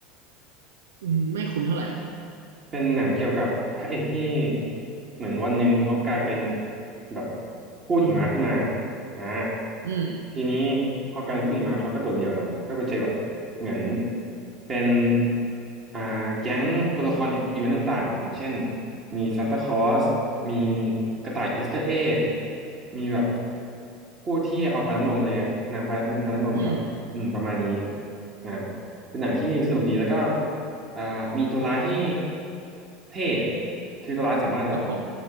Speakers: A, on the right; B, on the right.
A: อืมไม่คุ้นเท่าไหร่ครับ
B: เป็นหนังเกี่ยวกับพระเอกที่เหมือนวันหนึ่งเขากลายเป็นแบบกู้หิมะขึ้นมาอ่า
A: อืม
B: ทีนี้พอกลายเป็นกู้หิมะเขาก็โดดเดี่ยวเนาะก็ไปเจอแบบเหมือนเป็นอ่าแก๊งตัวละครอีเวนต์ต่างๆอย่างเช่นมีซานตาคลอสมีกระต่ายอีสเตอร์เอ็กมีแบบผู้ที่เอาฟ้าน้ำนมอะไรเงี้ยนางฟ้าฟ้าน้ำนมอะครับอืมประมาณนี้
A: อืม
B: อ่าเป็นหนังที่สนุกดีแล้วก็ อ่ามีตัวร้ายที่เท่คือตัวร้ายสามารถแบบ
A: ครับผม